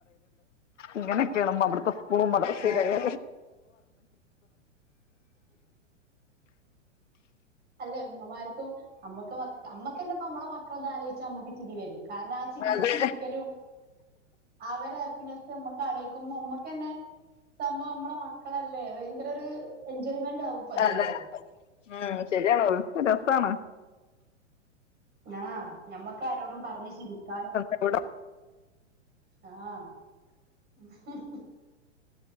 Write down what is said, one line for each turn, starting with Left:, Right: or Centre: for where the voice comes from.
Left: ഇങ്ങനൊെയ അവിടുത്തെ സ്കൂളും മ ചിരിരിക്ക
Right: ആ അല്ലെ ഉമ്മമാർക്ക നമ്മുക്ക് അമ്മക്ക തന്നെപ്പ നമ്മളെ മക്കളത് ആലോചിച്ച അമ്മുക്ക് തിരി വരും കാരണം ആ ചിന്തിച്ചിരിക്കലും
Left: അതെ
Right: അവര് ആപ്പിനെസ് ആല്ലോചിക്കും അമ്മക്കന്നെ സംഭവം നമ്മള മക്കളല്ലേ ഭയങ്കര ഒരു എൻജോയ്മെന്റ് ആവും ഇപ്പ അത്
Left: അതെ
Right: പറയണ്.
Left: ഉം ശരിയണോ രസണ്.
Right: ആഹാ ഞമ്മക്ക് ആാരോടും- പറഞ്ഞു ചിരിക്കാനും-
Left: എവിടെ?
Right: ആഹ <inaudible>